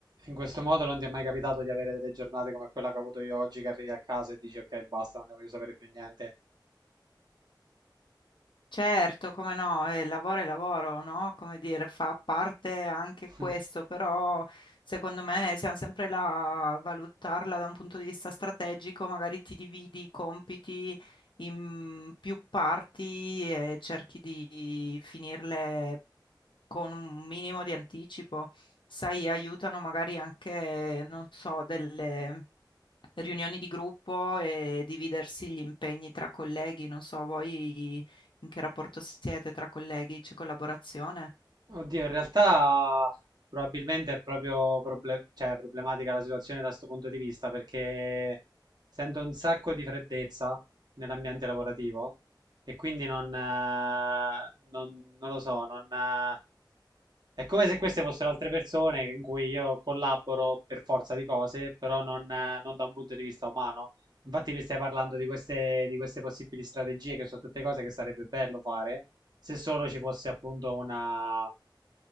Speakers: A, on the right (about 55°); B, on the left (about 80°).
A: In questo modo non ti è mai capitato di avere delle giornate come quella che ho avuto io oggi, che arrivi a casa e dici ok, basta, non ne voglio sapere più niente.
B: Certo, come no, eh, lavoro è lavoro, no? Come dire, fa parte anche
A: <laughs>
B: questo, però secondo me siamo sempre là a valutarla da un punto di vista strategico, magari ti dividi i compiti in più parti e cerchi di finirle con un minimo di anticipo. Sai, aiutano magari anche, non so, delle riunioni di gruppo e dividersi gli impegni tra colleghi. Non so, voi in che rapporto siete tra colleghi? C'è collaborazione?
A: Oddio, in realtà probabilmente è proprio proble- cioè, problematica la situazione da questo punto di vista perché sento un sacco di freddezza nell'ambiente lavorativo e quindi non, eh, non- non lo so, non, eh, è come se queste fossero altre persone in cui io collaboro per forza di cose, però non, eh, non da un punto di vista umano. Infatti mi stai parlando di queste, di queste possibili strategie che sono tutte cose che sarebbe bello fare se solo ci fosse appunto una